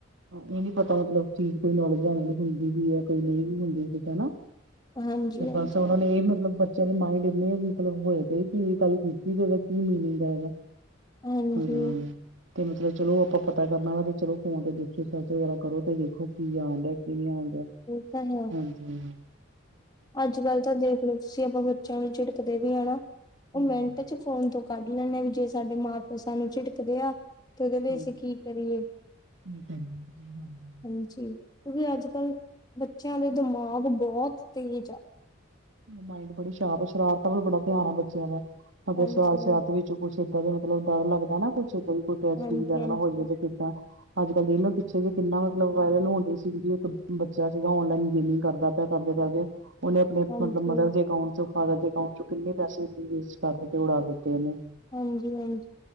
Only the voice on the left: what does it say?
ਹਾਂਜੀ
ਹਾਂਜੀ
ਹਾਂਜੀ
ਏ ਤਾਂ ਹੈ।
ਅੱਜ-ਕੱਲ੍ਹ ਤਾਂ ਦੇਖਲੋ ਤੁਸੀਂ ਅਪਣੇ ਬੱਚਿਆਂ ਨੂੰ ਝਿੜਕਦੇ ਵੀ ਆ ਨਾ ਓਹ
ਮਿੰਟ ਚ ਫੋਨ ਤੋਂ ਕੱਢ ਲੈਣਾ ਵੀ ਜੇ ਸਾਡੇ ਮਾਂ-ਪਿਓ ਸਾਨੂੰ ਝਿੜਕਦੇ ਆ। ਤੇ ਉਹਦੇ ਲਈ
ਅਸੀਂ
ਕੀ ਕਰੀਏ
ਹਾਂਜੀ, ਕਿਉਂਕਿ ਅੱਜ-ਕੱਲ ਬੱਚਿਆਂ ਦੇ ਦਿਮਾਗ ਬਹੁਤ ਤੇਜ਼ ਆ।
ਹਾਂਜੀ
ਹਾਂਜੀ
ਹਾਂਜੀ
ਹਾਂਜੀ
ਹਾਂਜੀ ਹਾਂਜੀ।